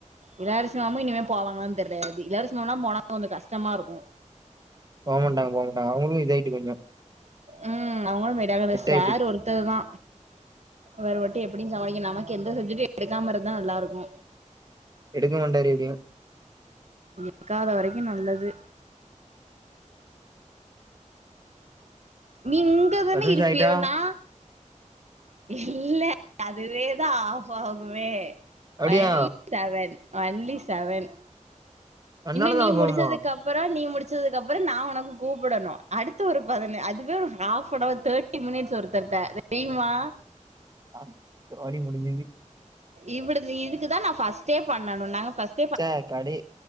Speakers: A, on the right; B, on the right.
A: இளவரசி மேமு இனிமே போவாங்களானு தெரியாது இளவரசி மேம்லாம் போனா கொஞ்சோ கஷ்டம இருக்கு
B: போமாட்டாங்க போமாட்டாங்க அவங்களு இதயிட்டு கொஞ்சோ
A: ம் அவங்களு விடகல சார்
B: ஆயிட்டு.
A: ஒரு த்தது தா வேர வட்டி எப்படி சமாளிக்க நமக்கு எந்த சப்ஜெக்ட்டு எடுக்காம இருதா நல்லா இருக்கு
B: எடுக்க மாட்டாரு எப்படியு
A: எடுக்காத வரைக்கு நல்லது நீங் இங்க தானே
B: பத்து நிமிஷம்
A: இருப்பியோ
B: ஆயிட்டா?
A: நா இல்ல அதுவேதா ஆப் ஆகுமே
B: அப்டியா?
A: வ செவன் ஒன்லி செவன்
B: தன்னாலதான்
A: இன்னு நீ
B: ஆகுமா?
A: முடிச்சதுக்கு அப் அப்புற நீ முடிச்சதுக்கு அப்புற நா உனக்கு கூப்படணு அடுத்த ஒரு பதின அதுவே ஒரு half an hour thirty minutes ஒருதர்ட தெரிமா
B: ஆ சோலி முடிஞ்சது
A: இவ்வுடு இதுக்குதா நா ஃபர்ஸ்ட்டே பண்ணணு நாங்க ஃபர்ஸ்ட்
B: சே கடை